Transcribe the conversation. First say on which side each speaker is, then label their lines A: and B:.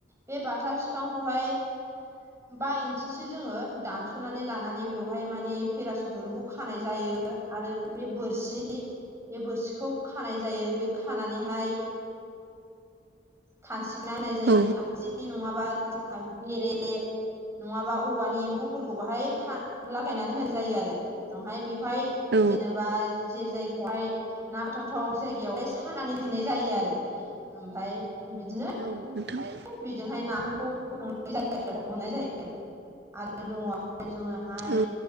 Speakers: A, on the right; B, on the right.
A: बे बाथा बिफांखौहाय बा इन्सिसो जोङो दानस'नानै लानानै बेवहाय माने पेरासुट दुरुंखौ खानाय जायो। आरो बे बोरसि बे बोरसिखौ खानाय जायो बे खानानैहाय खानस्रिखौ होनाय जायो
B: औ
A: खानसि नङाबा जोंहा बेरे नङाबा औवानि एम्फौफोरखौ बाहाय खा लागायनानै होनाय जायो आरो उनावहाय बेहाय
B: औ
A: जेनेबा जे जायगा बेहाय नांथाव थाव जायगायावहाय सानानै नेनाय जायो आरो ओमफ्राय बिदिनो
B: औ नोंथां
A: बेजोंहाय नाफोरखौ बोखांनाय जायो हमनाय जायो आरो दङ जोङोहाय
B: औ